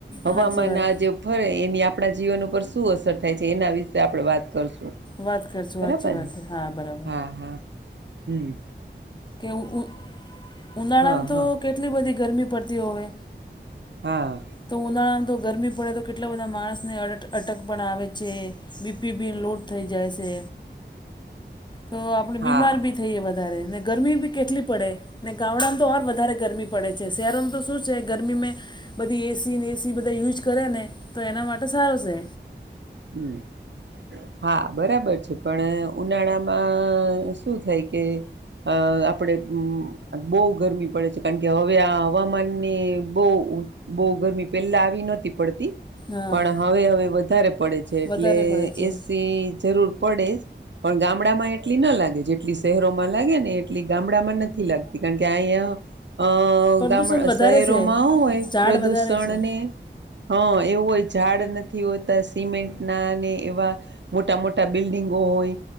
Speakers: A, on the right; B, on the left.
A: હવામાન
B: સાચી વાત
A: આ જે ફરે એની આપણા જીવન ઉપર શું અસર થાય છે એના વિશે આપણે વાત કરશું.
B: વાત કરશું
A: બરાબર
B: હાચી વાત હે હા, બરાબર
A: હા હમ્મ
B: કે ઉ ઉનાળામાં
A: હા હા
B: તો કેટલી બધી ગરમી પડતી હોવે,
A: હા
B: તો ઉનાળામાં તો ગરમી પડે તો કેટલા બધા માણસને અટ અટક પણ આવે છે. બીપી બિન લોડ થઈ જાય સે, તો આપડે બીમાર
A: હા
B: ભી થઈએ વધારે ને ગરમી બી કેટલી પડે, ને ગામડામાં તો ઓર વધારે ગરમી પડે છે, શહેરોમાં તો શું છે ગરમીમેં બધી એસી નેસી બધા યુઝ કરે ને તો એના માટે સારો સે.
A: હમ્મ હા, બરાબર છે પણ ઉનાળામાં શું થાય કે અ આપણે <unintelligible> બહુ ગરમી પડે છે કારણ કે હવે આ હવામાનને બવ બહુ ગરમી પેલા આવી નહતી પડતી
B: હા
A: પણ હવે હવે વધારે પડે છે, એટલે
B: વધારે પડે છે.
A: એસી જરૂર પડે જ, પણ ગામડામાં એટલી ના લાગે જેટલી શહેરોમાં લાગે ને એટલી ગામડામાં નથી લાગતી. કારણ કે આયા અ
B: પ્રદૂષણ
A: ગામડા
B: વધારે
A: શહેરોમાંહુ
B: છે
A: હોય
B: ઝાડ
A: પ્રદુષણ
B: વધારે છે.
A: ને હા એવું હોય ઝાડ નથી હોતા સિમેન્ટ ના ને એવા મોટા મોટા બિલ્ડિંગો હોય,